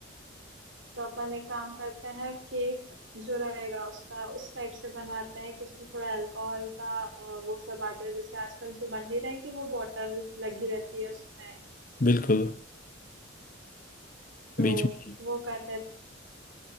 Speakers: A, on the right; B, on the left.
A: तो अपन एक काम करते हैं केक जो रहेगा उसका उस टाइप से बनवाते हैं कि इसमें थोड़ा अल्कोहल का अ, वो सब आ जाए जैसे आजकल जो बन नहीं रही कि वो बॉटल लगी रहती है उसमें
B: बिल्कुल
A: तो
B: बीच में
A: वो कर लेते हैं